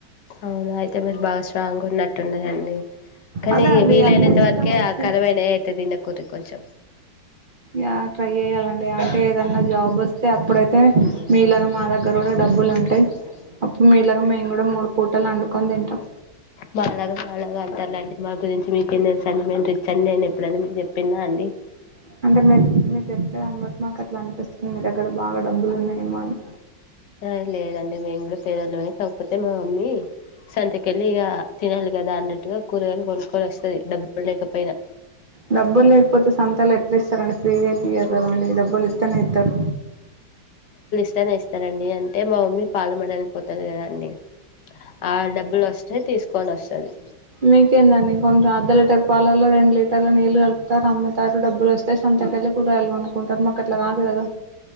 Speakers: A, on the left (about 70°); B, on the right (about 40°).
A: అవునా అయితె మీరు బాగా స్ట్రాంగ్గ్ ఉన్నట్టున్నరండి కనీ
B: అదే అండి
A: వీలైనంత
B: అన్ని ఇష్టం
A: వరకే
B: వచ్చినట్టు
A: ఆ కరవైనవయితే తీనకుర్రి కొంచెం
B: యా ట్రై యెయ్యాలండి అంటే ఏదన్నా జాబ్ వస్తే అప్పుడైతే మీలాగా మా దగ్గర ఉడ డబ్బులుంటయి అప్పుడు మీలాగా మేము కూడా మూడు పూటలు అండుకొని దింటం
A: మాలాగా మాలాగా అంటారులేండి మా గురించి మీకేం దెల్సండి మెం రిచ్ అన్ నెన్ ఎప్పుడన మిక్ జెప్పిన్నాండి
B: అంటే మిర్ మిర్ చెప్పేదాన్ని బట్టి మాక్ అట్లన్పిస్తుంది మీ దగ్గర బాగా డబ్బులు ఉన్నాయేమో అని
A: అ లేదండి మేము గుడ పేదోళ్లమే కాకపోతే మా మమ్మీ సంతకెళ్ళి ఇగ తినాలి గదా అన్నట్టుగ కూరగాయలు కొన్కొని ఒస్తది డబ్బుల్ లేకపోయిన
B: డబ్బుల్ లేకపోతె సంతల ఎట్ల ఇస్తరండి ఫ్రీగయితె ఇయ్యరు
A: అంతే
B: గదా అండి డబ్బులు ఇత్తనె ఇత్తర్
A: ఇత్తేనె ఇస్తారండి అంటే మా మమ్మీ పాలమ్మనిక్ పోతది గదా అండి ఆ డబ్బులు వస్తే తీసుకొని వస్తుంది
B: మీకేందండి కొంత అర్ధ లీటర్ పాలల్లో రెండు లీటర్ల నీళ్లు కలుపుతరు అమ్ముతరు వస్తే సంతకెళ్ళి కూరయలు కొనుక్కుంటారు మాక్ అట్ల గాదు గద కదా